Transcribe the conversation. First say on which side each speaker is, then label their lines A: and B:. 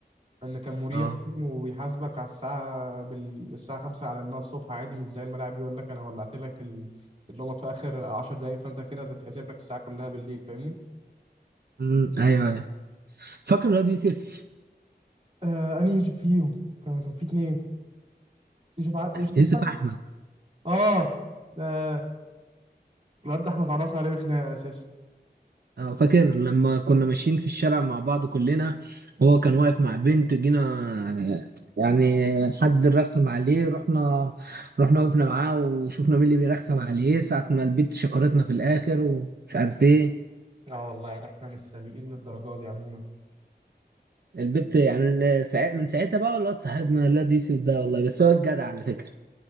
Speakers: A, on the right; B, on the right.
A: لان كان مريح
B: اه
A: فاهم وبيحاسبك على الساعه بال... الساعه 5 على انها الصبح عادي مش زي الملاعب يقول لك انا ولعت لك ال... اللومات في اخر 10 دقائق فانت كده تتحسب لك الساعه كلها بالليل فاهمني
B: امم ايوه ايوه فاكر الواد يوسف
A: آه انهي فيهم كان كان في اتنين يوسف ع... يوسف
B: يوسف
A: احمد
B: احمد
A: اه آه، الواد ده احنا اتعرفنا عليه بخناقه اساسا
B: آه، فاكر لما كنا ماشيين في الشارع مع بعض كلنا هو كان واقف مع بنت جينا آه، يعني حد رخم عليه رحنا رحنا وقفنا معاه وشفنا مين اللي بيرخم عليه ساعة ما البت شكرتنا في الآخر ومش عارف ايه
A: اه والله يعني احنا مش سيئين للدرجة دي عموما
B: البت يعني ال- ساع- من ساعتها بقى الواد صاحبنا الواد يوسف ده والله بس هو الجدع على فكرة